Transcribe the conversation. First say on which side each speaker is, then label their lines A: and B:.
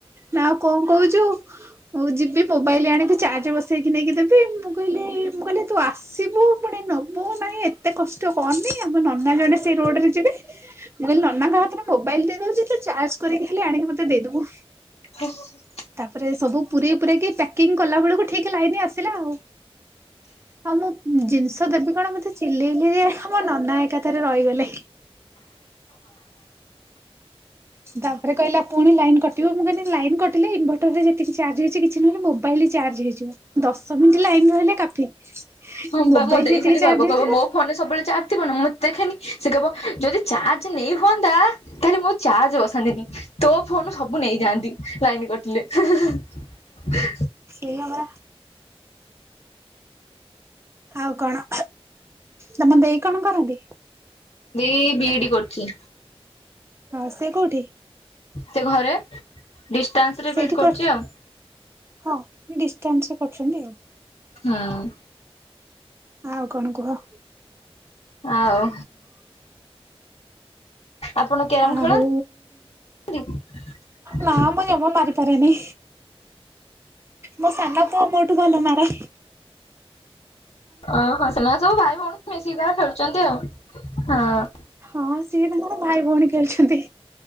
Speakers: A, on the right (about 25°); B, on the left (about 80°).
A: ନା ଆଉ କଣ କହୁଚୁ ହଉ ଯିବି ମୋବାଇଲ ଆଣିବି ଚାର୍ଜ ବସେଇକି ନେଇକି ଦେବି ମୁଁ କହିଲି ମୁଁ କହିଲି ତୁ ଆସିବୁ ପୁଣି ନବୁ ନାଇଁ ଏତେ କଷ୍ଟ କରନି ଆମ ନନା ଜଣେ ସେଇ ରୋଡରେ ଯିବେ ମୁଁ କହିଲି ନନାଙ୍କ ହାତରେ ମୋବାଇଲ ଦେଇ ଦଉଛି ତୁ ଚାର୍ଜ କରିକି ଆଣିକି ଖାଲି ମତେ ଦେଇଦବୁ।
B: ଓହୋ
A: ତାପରେ ସବୁ ପୁରେଇ ପୁରାକି ପ୍ୟାକିଂ କଲା ବେଳକୁ ଠିକ ଲାଇନ ଆସିଲା ଆଉ। ଆଉ ମୁଁ ଜିନିଷ ଦେବି କଣ ମତେ ଚିଲେଇଲି ଯେ ଆମ ନନା ଏକାଥରେ ରହିଗଲେ। ତାପରେ କହିଲା ପୁଣି ଲାଇନ କଟିବ ମୁଁ କହିଲି ଲାଇନ୍ କଟିଲେ ଇନ୍ ଭେଟର ରେ ଯେତିକି ଚାର୍ଜ ହେଇଛି କିଛି ନହେଲେ ମୋବାଇଲ ଚାର୍ଜ ହେଇଯିବ ଦଶ ମିନିଟ ଲାଇନ ରହିିଲେ କାଫି।
B: ହଁ
A: ମୋବାଇଲ
B: ବା ମୁଁ ଦେଇ
A: ଯେତିକି
B: ସେମିତି
A: ଚାର୍ଜ
B: କହିବ
A: ହେଇଥିବ
B: କହିବ ମୋ ଫୋନ୍ ରେ ସବୁବେଳେ ଚାର୍ଜଥିବ ନା ମୁଁ ଦେଖେନି ସେ କବ ଯଦି ଚାର୍ଜ ନେଇ ହୁଅନ୍ତା ତାହେଲେ ମୁଁ ଆଉ ଚାର୍ଜ ବସାନ୍ତିନି। ତୋ ଫୋନ ରୁ ସବୁ ନେଇଯାଆନ୍ତି ଲାଇନ କଟିଲେ ହେ ହେ
A: ଏଆ ପରା ଆଉ କଣ ତମ ଦେଇ କଣ କରନ୍ତି?
B: ଏ ବିଇଡି କରୁଛି।
A: ହଁ ସେ କୋଉଠି?
B: ସେ ଘରେ। ଡିଷ୍ଟାନ୍ସ ରେ
A: ସେଇଠି
B: ବିଇଡି କରୁଛି
A: କରିଚି
B: ଆଉ।
A: ହଁ ଡିଷ୍ଟାନ୍ସ ରେ କରୁଛନ୍ତି ଆଉ।
B: ହଁ
A: ଆଉ କଣ କୁହ?
B: ଆଉ ଆପଣ କ୍ୟାରମ
A: ଆଉ
B: ଖେଳନ୍ତି? <inaudible>
A: ନା ମୁଁ ଜମା ମାରିପାରେନି। ମୋ ସାନ ପୁଅ ମୋ ଠୁ ଭଲ ମାର
B: ଓହଁ ସେମାନେ ସବୁ ଭାଇ ଭଉଣୀ ମିଶିକି ତାଙ୍କର ଖେଳୁଛନ୍ତି ଆଉ ହଁ
A: ହଁ ସିଏ ତାଙ୍କର ଭାଇ ଭଉଣୀ ଖେଳୁଛନ୍ତି।